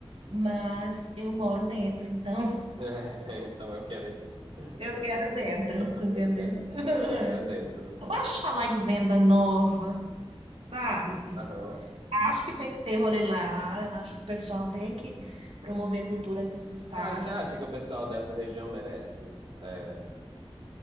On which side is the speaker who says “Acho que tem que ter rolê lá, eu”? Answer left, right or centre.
Right